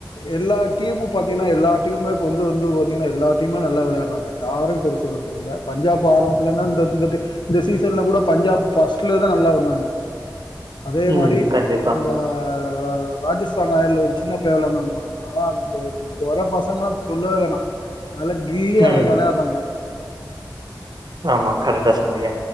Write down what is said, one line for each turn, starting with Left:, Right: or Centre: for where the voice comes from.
Left: எல்லாட் டீமு பாத்தீங்கனா எல்லா டீம்மே இப்ப வந்து வந்து பத்தீங்ன்னா எல்லா டீம்மே நல்லா வெளையாறாங்க யாரையோ கொற சொல்றத்துக்குல்ல பஞ்சாப் ஆரம்பத்துலந்தே இந்த இந்தடி இந்த சீசன்லக் கூட பஞ்சாப் ஃபஸ்ட்லேதா நல்லா வந்தாங்க அதே
Right: ம்.
Left: மாரி
Right: கண்டிப்பா.
Left: ந்தஅ ர ராஜஸ்தான் ராயல்ல ஒருச் சின்னப் பய வெளான்னா பாருங்க அவ இப் இப் இப்போ வரப் பசங்கலா சொல்லவே வேணா நல்லா கில்லி
Right: ம்.
Left: ஆளுகளா வெளயாட்றாங்க
Right: ஆமா கரெக்டா சொன்னிங்க